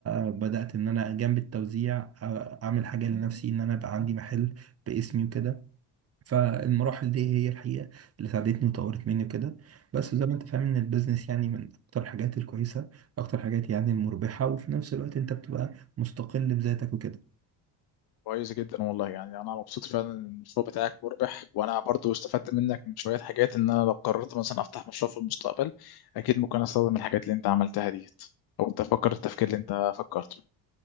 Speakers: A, on the right; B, on the left.
A: آه، بدات ان انا جنب التوزيع آه، اعمل حاجه لنفسي ان انا بقى عندي محل باسمي وكده فالمراحل دي هي الحقيقة اللي ساعدتني وطورت مني وكده بس زي ما انت فاهم ان البيزنس يعني من اكتر الحاجات الكويسة اكتر الحاجات يعني المربحة وفي نفس الوقت انت بتبقى مستقل بذاتك وكده
B: كويس جدا والله يعني انا مبسوط فعلا ان المشروع بتاعك مربح وانا برضو استفدت منك من شويه حاجات ان انا لو قررت مثلا افتح مشروع في المستقبل اكيد ممكن استخدم الحاجات اللي انت عملتها ديت او تفكر التفكير اللي انت فكرته